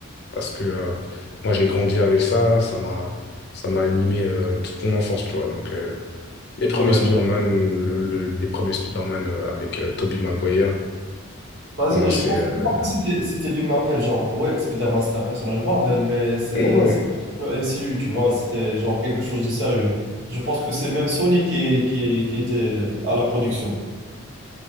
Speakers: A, on the left (about 50°); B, on the right (about 65°).
A: Parce que euh, moi, j'ai grandi avec ça, ça m'a, ça m'a animé euh, toute mon enfance, tu vois. Donc, euh, les premiers
B: Ouais,
A: Spider-Man, le- le- les premiers Spider-Man euh, avec Toby Tobey Maguire,
B: Bah,
A: pour
B: je
A: moi,
B: je
A: c'est...
B: pense
A: euh,
B: même pas que c'était c'était du Marvel, genre, ouais, Spider-Man, c'est un personnage Marvel, mais c'est
A: ouais, ouais.
B: c'est pas le MCU, tu vois, c'était genre quelque chose de sérieux. Je pense que c'est même Sony qui, qui, qui était à la production.